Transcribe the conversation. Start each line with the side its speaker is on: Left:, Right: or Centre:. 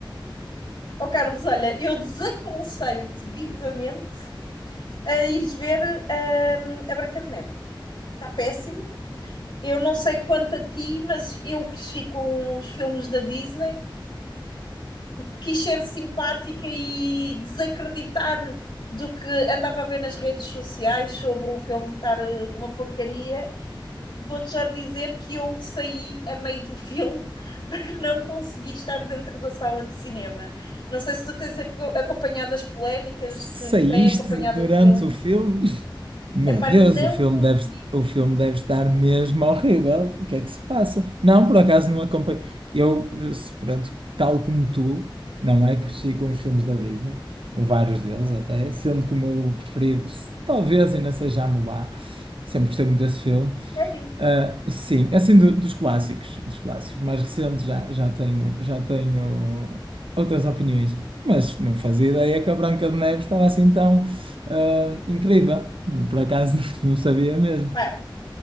Left: ó Carlos, olha, eu desaconselho-te vivamente a ires ver hum, a Branca de Neve. Está péssimo. Eu não sei quanto a ti, mas eu cresci com os filmes da Disney, quis ser simpática e desacreditar do que andava a ver nas redes sociais sobre o filme estar eh, uma porcaria Vou-te já dizer que eu saí a meio do filme <laughs> para não conseguir estar dentro da sala de cinema. Não sei se tu tens aco- acompanhado as polémicas
Right: Saíste
Left: que têm acompanhado
Right: durante
Left: o filme.
Right: o filme? Meu
Left: Epá,
Right: Deus,
Left: não
Right: o filme
Left: consegui.
Right: deve, o filme deve estar mesmo horrível. O que é que se passa? Não, por acaso não acompanho. Eu, se- pronto, tal como tu, não é? Cresci com os filmes da Disney, com vários deles até, sendo que o meu preferido, se- talvez ainda seja Mulan. Sempre gostei muito desse filme.
Left: Sério?
Right: Ah, sim, é assim do- dos clássicos, dos clássicos mais recentes já, já tenho, já tenho outras opiniões, mas não fazia ideia que a Branca de Neve estava assim tão ah, incrível. Por acaso <laughs> não sabia mesmo.
Left: Pá,